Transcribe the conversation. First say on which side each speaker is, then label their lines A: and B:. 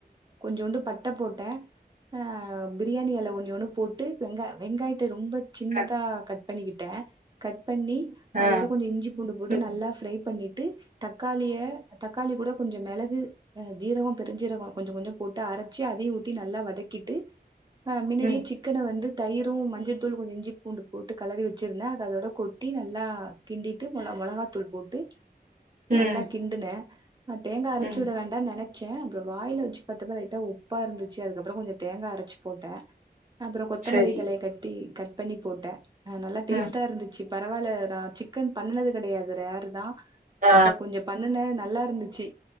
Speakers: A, on the right; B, on the right.
A: கொஞ்சோண்டு பட்ட போட்டே ஆ பிரியாணி எழ ஒன் ஒன்னு போட்டு வெங்காய வெங்காயத்த த ரொம்ப சின்னதா
B: அ,
A: கட் பண்ணிக்கிட்டே கட் பண்ணி அதோட
B: ஆ
A: கொஞ்ச இஞ்சி பூண்டு போட்டு
B: ம்
A: நல்லா ஃப்ரை பண்ணிட் தக்காளிய தக்காளி கூட கொஞ்ச மெளகு ஜீரகம் பெஞ்சீரக கொஞ்ச கொஞ்ச போட்டு அரச்சு அதையு ஊத்தி நல்லா வதக்கி கிட்டு ஆ முன்னாடியே
B: ம்
A: சிக்கன வந்து தயிரு மஞ்சத்தூளு கொஞ்ச இஞ்சி பூண்டு போட்டு கலறி வச்சிருந்தே அத அதோட கொட்டி நல்லா கிண்டிட்டு மொள மொளகாத்தூள் போட்டு
B: ம்
A: நல்லா கிண்டுனே நா தேங்கா அரச்சுட
B: ம்
A: வேண்டான் நென அப்றோ வாய்ல வச்சு பாத்தாப்பா லைட்டா உப்பா இருந்துச்சு அதுக்கப்றோ கொஞ்ச தேங்கா அரச்சு போட்டே அப்பறோ கொத்தமல்லி
B: சரி
A: தழய கட்டி கட் பண்ணி போட்டே ஆ நல்ல டேஸ்ட்டா
B: ம்
A: இருந்துச்சு பரவாயில்லாரா சிக்கன் பண்ணது கெடயாது ரேர்தா
B: ஆ
A: இப்ப கொஞ்ச பண்ணுனே நல்லா இருந்துச்சு